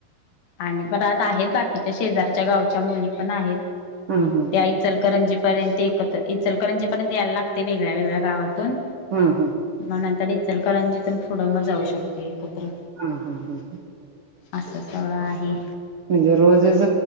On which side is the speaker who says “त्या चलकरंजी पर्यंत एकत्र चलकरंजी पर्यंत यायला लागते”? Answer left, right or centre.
Left